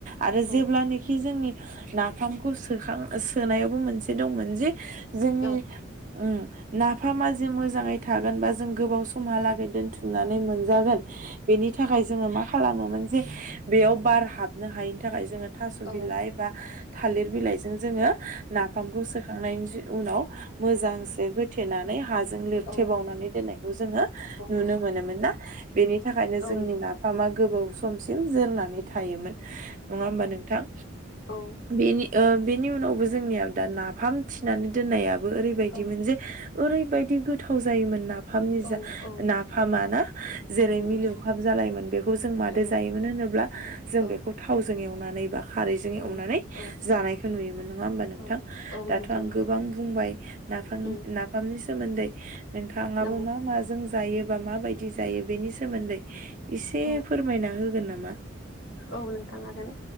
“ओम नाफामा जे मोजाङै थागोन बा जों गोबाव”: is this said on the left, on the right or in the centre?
Right